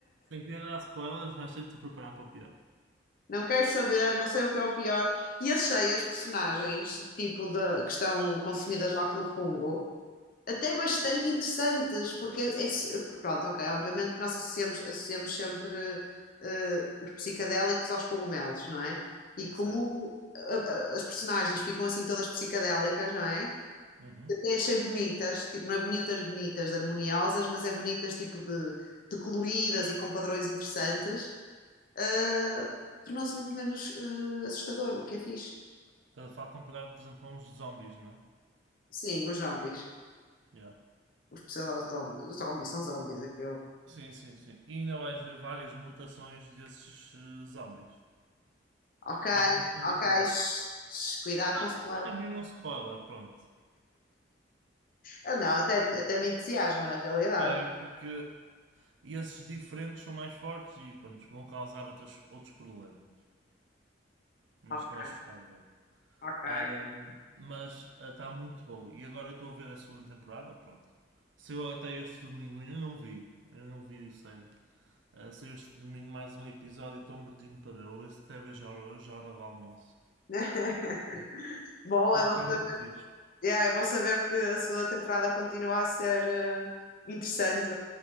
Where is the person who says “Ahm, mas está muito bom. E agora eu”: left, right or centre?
Right